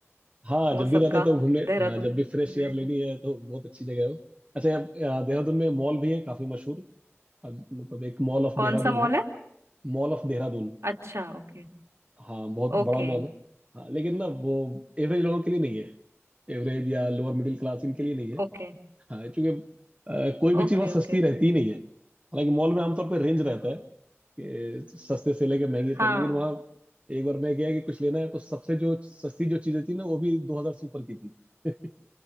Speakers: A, on the right; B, on the right.
A: हाँ
B: मौसम
A: जब भी रहता
B: का
A: है तो घूमने
B: देहरादून
A: हाँ जब भी फ्रेश
B: में
A: एयर लेनी है तो बहुत अच्छी जगह है वो अच्छा यहाँ- यहाँ देहरादून में मॉल भी है काफी मशहूर अब मतलब एक मॉल ऑफ
B: कौन
A: देहरादून
B: सा मॉल
A: है
B: है
A: Mall of Dehradun
B: अच्छा okay
A: हाँ बहुत
B: Okay
A: बड़ा मॉल है हाँ लेकिन ना वो एवरेज लोगों के लिए नहीं है एवरेज या लोअर मिडिल क्लास इनके लिए नहीं है
B: Okay
A: हाँ क्योंकि अ, कोई भी
B: Okay
A: चीज़ वहाँ सस्ती
B: Okay
A: रहती ही नहीं है हालांकि मॉल में आमतौर पर रेंज रहता है कि सस्ते से लेके महंगे
B: हाँ
A: तक लेकिन वहाँ एक बार मैं गया कि कुछ लेना है तो सबसे जो सस्ती जो चीजें थी ना वो भी दो हजार से ऊपर की थी <laughs>